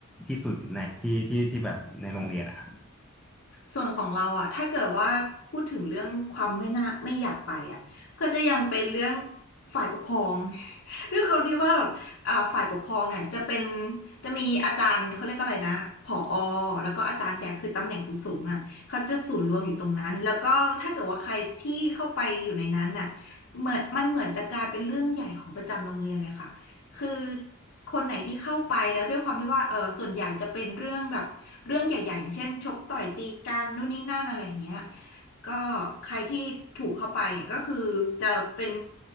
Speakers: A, in the centre; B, on the left.
A: ที่สุดในที่ที่ที่แบบในโรงเรียนนะครับ
B: ส่วนของเราอะถ้าเกิดว่าพูดถึงเรื่องความไม่น่าไม่อยากไปอะก็จะยังเป็นเรื่องฝ่ายปกครอง <laughs> ด้วยความที่ว่าแบบอ่าฝ่ายปกครองเนี่ยจะเป็นจะมีอาจารย์เขาเรียกอะไรนะผอแล้วก็อาจารย์ใหญ่คือตำแหน่งสูงๆอะเขาจะศูนย์รวมอยู่ตรงนั้นแล้วก็ถ้าเกิดว่าใครที่เข้าไปอยู่ในนั้นน่ะเหมือนมันเหมือนจะกลายเป็นเรื่องใหญ่ของประจำโรงเรียนเลยค่ะ คือคนไหนที่เข้าไปแล้วด้วยความที่ว่าเออส่วนใหญ่จะเป็นเรื่องแบบเรื่องใหญ่ๆอย่างเช่นชกต่อยตีกันนู่นนี่นั่นอะไรอย่างเงี้ยก็ใครที่ถูกเข้าไปเนี่ยก็คือจะเป็น